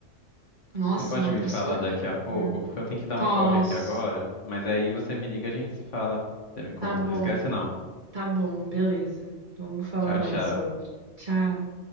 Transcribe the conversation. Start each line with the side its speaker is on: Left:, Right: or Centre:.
Right: Nossa,
Left: você pode
Right: uma
Left: me
Right: pessoa
Left: falar
Right: horrível.
Left: daqui a pouco, porque eu tenho que dar
Right: Posso.
Left: um corre aqui agora, mas aí você me liga, a gente se fala, você me conta,
Right: Tá bom,
Left: não esquece não.
Right: tá bom, beleza. Vamos falar
Left: Tchau,
Right: mais
Left: tchau.
Right: sobre. Tchau.